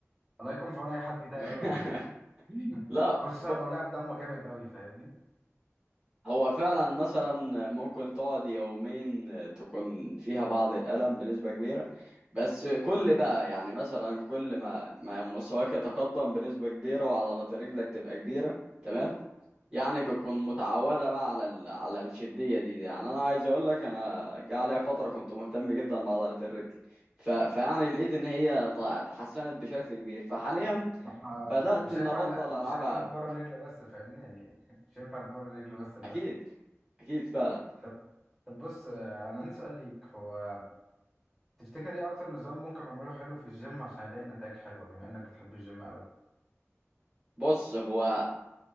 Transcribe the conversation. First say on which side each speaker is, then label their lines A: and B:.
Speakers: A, in the centre; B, on the right.
A: الله يكون في عون اي حد بيتقل
B: <laughs>
A: قوي في الرجل <laughs>
B: لا
A: خصوصا لو لعب دم جامد قوي فاهمني؟
B: هو فعلا مثلا ممكن تقعد يومين تكون فيها بعض الألم بنسبة كبيرة بس كل بقى يعني مثلا كل ما ما مستواك يتقدم بنسبة كبيرة وعضلات رجلك تبقى كبيرة تمام يعني بتكون متعودة بقى على ال... على الشدية دي, دي يعني أنا عايز أقول لك أنا جه عليا فترة كنت مهتم جدا بعضلة الرجل ف... فيعني لقيت إن هي ط- تحسنت بشكل كبير فحاليا
A: ما احنا
B: بدأت
A: مش
B: إن
A: هينفع
B: أبطل
A: ن...
B: ألعبها
A: مش هينفع نتمرن رجل بس فاهمني يعني <laughs> مش هينفع نتمرن رجل بس للأسف
B: أكيد أكيد فعلا
A: طب طب بص آه، أنا عندي سؤال ليك هو تفتكر إيه أكتر نظام ممكن أعمله حلو في الجيم عشان ألاقي نتائج حلوة بما إنك بتحب الجيم أوي
B: بص هو